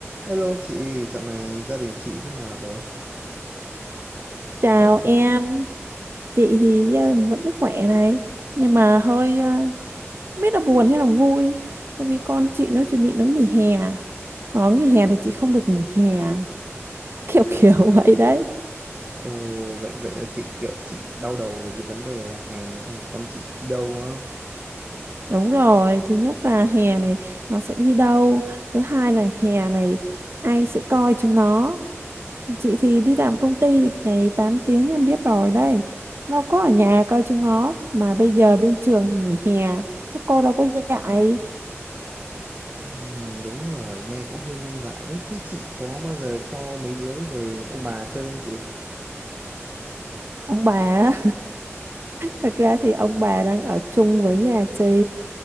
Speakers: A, on the right; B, on the right.
A: Hello chị, dạo này gia đình chị thế nào rồi?
B: Chào em, chị thì gia đình vẫn khỏe này, nhưng mà hơi ờ, không biết là buồn hay là vui, tại vì con chị nó chuẩn bị nó nghỉ hè, mà nó nghỉ hè thì chị không được nghỉ hè, kiểu kiểu <laughs> vậy đấy.
A: Ồ, vậy vậy là kiểu, kiểu chị đau đầu về cái vấn đề là hè xong rồi con chị đi đâu á?
B: Đúng rồi, thứ nhất là hè này nó sẽ đi đâu, thứ hai là hè này ai sẽ coi chúng nó. Chị thì đi làm công ty thì ngày 8 tiếng em biết rồi đấy, nó có ở nhà coi chúng nó, mà bây giờ bên trường thì nghỉ hè, các cô đâu có dạy
A: Ừm, đúng rồi, nghe cũng hơi nan giải đấy. Thế chị có bao giờ cho mấy đứa đấy về ông bà chơi không chị?
B: ông bà Thật ra thì ông bà đang ở chung với nhà chị